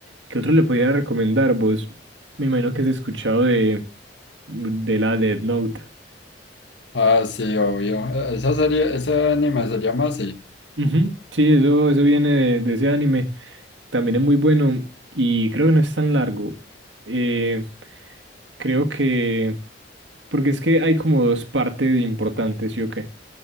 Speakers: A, on the right (about 75°); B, on the left (about 70°).
A: ¿Qué otro le podría recomendar? Vos, me imagino que has escuchado de, de la Death Note.
B: Ah, sí, obvio. E- Esa serie, ese anime se llama así.
A: Ujú, Sí, eso, eso viene de, de ese anime. También es muy bueno y creo que no es tan largo. Eh, creo que... Porque es que hay como dos partes importantes, ¿sí o qué?